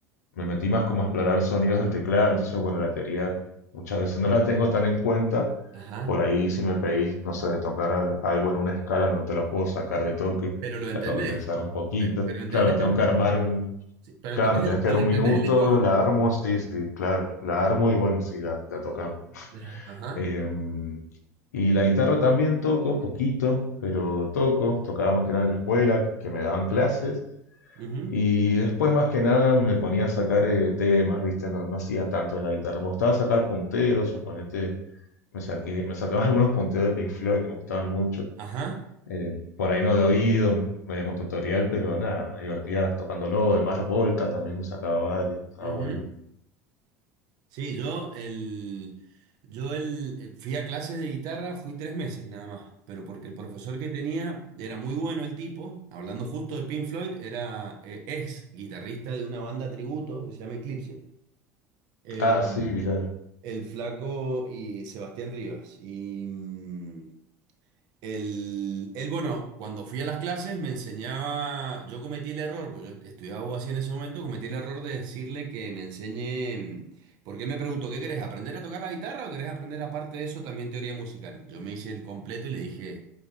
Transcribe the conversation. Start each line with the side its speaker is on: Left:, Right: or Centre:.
Left: me metí más como a explorar sonidos del teclado, entonces bueno, la teoría muchas veces no la tengo tan en cuenta.
Right: Ajá.
Left: Por ahí si me pedís, no sé, de tocar algo en una escala, no te lo puedo sacar de toque,
Right: Pero lo entendés.
Left: la tengo que pensar un poquito.
Right: Pero, pero entendés
Left: Claro, la tengo
Right: el,
Left: que armar,
Right: sí, pero
Left: claro,
Right: entendés
Left: me tenés que
Right: el, el-
Left: dar un
Right: entendés
Left: minuto,
Right: el lenguaje.
Left: la armo, sí, sí, claro, la armo y bueno, sí, la, la tocamos.
Right: Ajá. Ajá.
Left: Em, y la guitarra también toco, poquito, pero toco, tocaba más que nada en la escuela, que me daban clases.
Right: ujú,
Left: Y después más que nada me ponía a sacar eh, temas, ¿viste? No, no hacía tanto en la guitarra. Me gustaba sacar punteos, suponete, me saqué, me sacaba <laughs> algunos punteos de Pink Floyd que me gustaban mucho.
Right: Ajá.
Left: Eh, por ahí no de oído, medio con tutorial, pero nada, me divertía tocándolo. De Mars Volta también me sacaba varios. Ah,
Right: ujú.
Left: bueno.
Right: Sí, yo el, yo el, eh, fui a clases de guitarra, fui tres meses nada más, pero porque el profesor que tenía era muy bueno el tipo, hablando justo de Pink Floyd, era eh, ex guitarrista de una banda tributo que se llama Eclipse, eh,
Left: Ah, sí, mira.
Right: el Flaco y Sebastián Rivas. Y, mm, él, él, bueno, cuando fui a las clases me enseñaba, yo cometí el error, pues yo estudiaba abogacía en ese momento, cometí el error de decirle que me enseñe, mm, porque él me preguntó, ¿qué querés? ¿Aprender a tocar la guitarra o querés aprender aparte de eso también teoría musical? Yo me hice el completo y le dije,